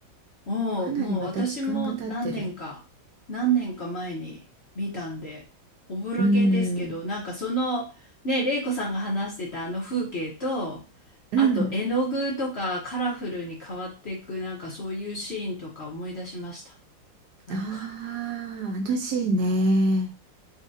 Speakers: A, on the left (about 45°); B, on the right (about 65°).
A: もう、
B: かなりまた時間が経ってる。
A: もう私も何年か、何年か前に見たんで、おぼろげですけど、
B: うーん、
A: なんかその、ね、玲子さんが話してたあの風景と、
B: うん。
A: あと絵の具とかカラフルに変わっていく、なんかそういうシーンとか思い出しました。なんか。
B: ああ、あのシーンね。
A: うん。